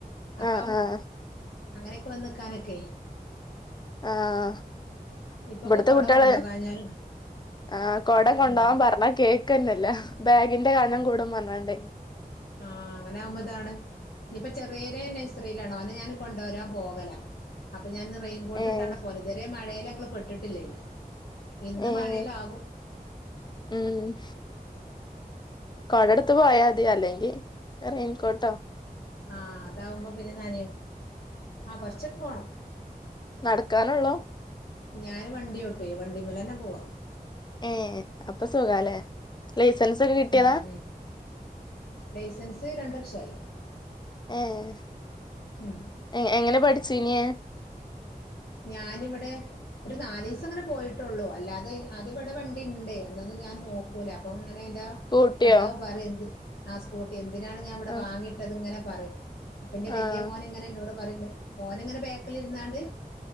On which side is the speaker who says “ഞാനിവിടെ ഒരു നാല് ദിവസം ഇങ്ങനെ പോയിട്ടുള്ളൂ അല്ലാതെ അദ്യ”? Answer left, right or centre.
Left